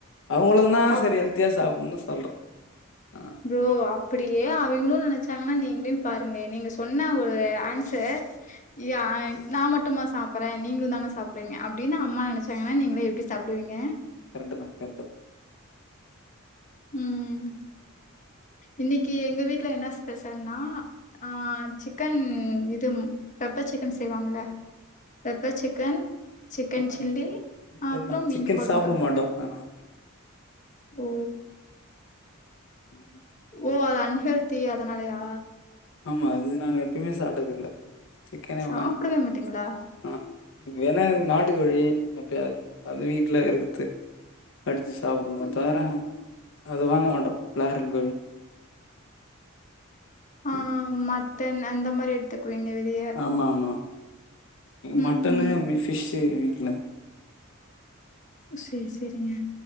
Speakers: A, on the left; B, on the left.
A: அவுங்கள தா
B: அப்
A: செரி ஹெல்த்தியா சாப்புன்னு சொல்றோ ஆ
B: ப்ரோ அப்டியே அவிங்களு நெனைச்சாங்கன்னா நீங்கிலியு பாருங்களே நீங்க சொன்ன ஒரு ஆன்சர் ய நா மட்டும்மா சாப்பறே நீங்களு தானே சாப்பிறீங்க அப்டின்னு அம்மா நெனைச்சாங்கன்னா நீங்கள எப்டி சாப்டுவீங்க
A: கரெட்டு தா கரெட்டு தா
B: ம் இன்னைக்கி எங்க வீட்டுல என்ன ஸ்பெஷல்னா ஆ சிக்கன் இது பெப்பர் சிக்கன் செய்வாங்கள பெப்பர் சிக்கன் சிக்கன்
A: ஆ
B: சில்லி
A: இல்ல
B: அப்றோ
A: நாங்க
B: மீன்
A: சிக்கன்
B: கொழம்பு
A: சாப்ட மாட்டோ அதனால
B: ஓ
A: ம் ஹ்ம்
B: ஓ அது அன்ஹெல்த்தி அதனாலயா
A: ஆமா அது நாங்க எப்மே சாப்ட்டது இல்ல சிக்கனே
B: சாப்டவே
A: வாங்குவோ
B: மாட்டீங்களா
A: ஆ வேணா நாட்டு கோழி எப்பயாவது அதுவு வீட்டுல இருக்கத்து அடிச்சு சாப்புடுவோமே
B: ம்,
A: தவர அது வாங்க மாட்டோ பிலாய்லர் கோழி
B: ஆ
A: ம்
B: மட்டன் அந்த மாரி எடுத்துக்குவீங்க வெளிய
A: மமாம்
B: ம்
A: மட்டன்னு
B: ம்
A: வீ ஃபிஷ் வீட்டுல
B: செரி செரிங்க